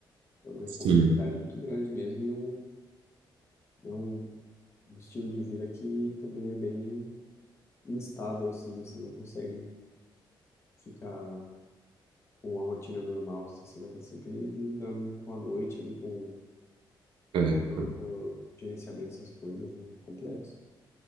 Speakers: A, on the left; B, on the right.
A: É uma responsabilidade
B: Sim.
A: muito grande mesmo e um, é um, um estilo de vida que também é bem instável, assim, né? Você não consegue ficar com a rotina normal, assim. Você vai estar sempre lidando com a noite ali, com
B: É,
A: o,
B: cara.
A: o gerenciamento dessas coisas, né? É complexo.